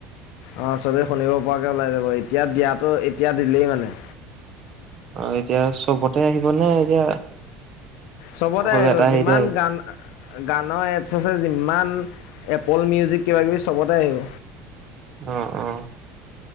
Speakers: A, on the left; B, on the right.
A: অ চবেই শুনিব পৰাকৈ ওলাই যাব এতিয়া দিয়াাতো এতিয়া দিলেই মানে
B: অ এতিয়া চবতে আহিব নে এতিয়া
A: চবতে
B: অকল
A: আহিব
B: এটা হেৰিতে
A: যিমান গান গানৰ এপছ আছে যিমান এপল মিউজিক কিবা কিবি চবতে আহিব
B: আহ আহ